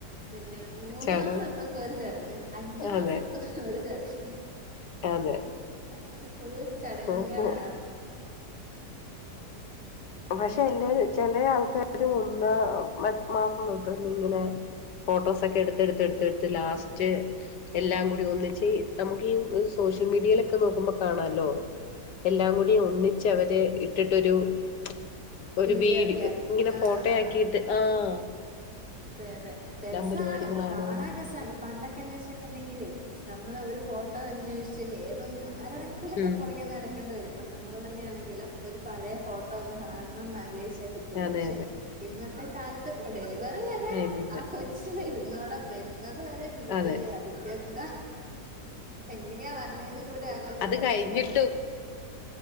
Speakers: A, in the centre; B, on the left.
A: പിന്നെ മൂന്ന്
B: ചടങ്ങ്
A: മാസം എത്തുമ്പം ഒരു ചടങ്ങ് അഞ്ചു മാസം
B: അതെ
A: എത്തുമ്പം ഒരു ചടങ്ങ്
B: അതെ
A: അങ്ങനെ ഫുള് ചടങ്ങുകളാ
B: അതെ പക്ഷെ എന്റെ ചില ആൾക്കാര് ഒന്നാം മാസം തോട്ട് ഇങ്ങനെ ഫോട്ടോസൊക്കെ എടുത്ത് എടുത്ത് എടുത്ത് എടുത്ത് ലാസ്റ്റ് എല്ലാം കൂടി ഒന്നിച്ച് നമുക്ക് ഈ സോഷ്യൽ മീഡിയയിലൊക്കെ നോക്കുമ്പോ കാണല്ലോ എല്ലാം കൂടി ഒന്നിച്ച് അവരെ ഇട്ടിട്ടൊരു ഫോ ഒരു
A: വീഡിയോ
B: വീഡി
A: ഒക്കെ
B: ഇങ്ങനെ
A: ആഹ്
B: ഫോട്ടോ
A: ആഹ്
B: ആക്കിയിട്ട് ആഹ്
A: അതെ അതെ രസവാണൊ
B: പരിപാടികളാണോ
A: കാണാൻ രസവാണ് പണ്ടൊ ക്കന്ന് വെച്ചിട്ടുണ്ടെങ്കില് നമ്മള് ഒരു ഫോട്ടോ അനേഷിച്ചേ ഏതോ ആരുടെ - ഇതിലൊക്കെ
B: ഉം
A: പൊറകെ നട വരും ഇപ്പൊ നമ്മൾ തന്നെയാണെങ്കിലും ഒരു പഴയ ഫോട്ടോ ഒന്ന് കാണണംന്ന് ആഗ്രഹിച്ചാ കിട്ടൂല
B: അതെ
A: പക്ഷെ
B: അതെ
A: - ഇന്നത്തെ കാലത്ത് ഡെലിവറി വരെ
B: അയിനില്ല
A: ആ കൊച്ച് വരുന്നോട വര <unintelligible> വരെ വീഡിയോയാ
B: അതെ അതെ
A: അതിന്റെ എന്താ എങ്ങനെയാ വന്നെന്ന് - ഇവിടെ ആകൊച്ചിന്
B: അത്
A: മനസ്സിലാവും
B: കഴിഞ്ഞിട്ടും